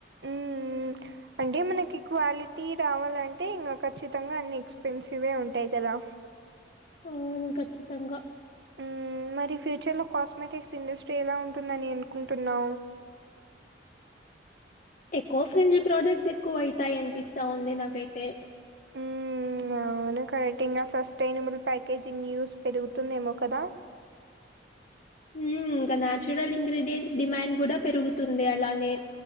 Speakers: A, on the right; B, on the left.
A: హ్మ్. అంటే మనకి క్వాలిటీ రావాలంటే ఇంకా ఖచ్చితంగా అన్ని ఎక్స్పెన్సివ్ే ఉంటాయి కదా
B: అవును ఖచ్చితంగా
A: హ్మ్. మరి ఫ్యూచర్ లో కాస్మెటిక్స్ ఇండస్ట్రీ ఎలా ఉంటుందని అనుకుంటున్నా
B: ఎకో ఫ్రెండ్లీ ప్రొడక్ట్స్ ఎక్కువ అవుతాయి అనిపిస్తా ఉంది నాకైతే
A: హ్మ్. అవును కరెక్ట్ ఇంకా సస్టైనబుల్ ప్యాకేజింగ్ న్యూస్ పెరుగుతుందేమో కదా
B: ఉ ఇంకా నచురల్ ఇంగ్రీడియంట్స్ డిమాండ్ కూడా పెరుగుతుంది అలానే